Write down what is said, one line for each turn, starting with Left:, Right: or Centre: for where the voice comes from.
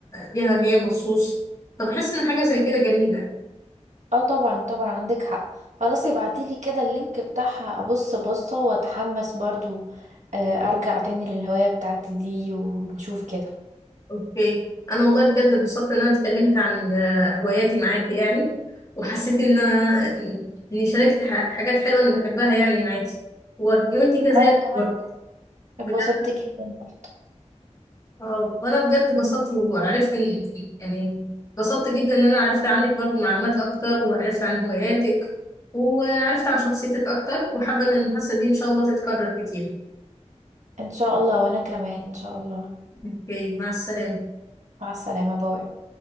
Left: بيها هي مخصوص فبحس إن حاجة زي كده جميلة
Right: اه طبعا طبعا عندك حق خلاص ابعتيلي كده اللينك بتاعها ابص بصة واتحمس برضو آه، ارجع تاني للهواية بتاعتي دي ونشوف كده
Left: اوكي انا والله بجد اتبسطت ان انا اتكلمت عن آه، هواياتي معاكي يعني وحسيت ان أنا- اني شاركت ح- حاجات حلوه انا بحبها يعني معاكي و- وانتي كذلك
Right: انا كمان
Left: برضه
Right: اتبسطت
Left: بجد
Right: جدا برضو
Left: آه، وانا بجد اتبسطت وعرفت إن- يعني اتبسطت جدا ان انا عرفت عنك برضه معلومات اكتر وعرفت عن هواياتك وعرفت عن شخصيتك اكتر وحابه ان المحادثه دي ان شاء الله تتكرر كتير
Right: ان شاء الله وانا كمان ان شاء الله
Left: اوكي مع السلامه
Right: مع السلامة باي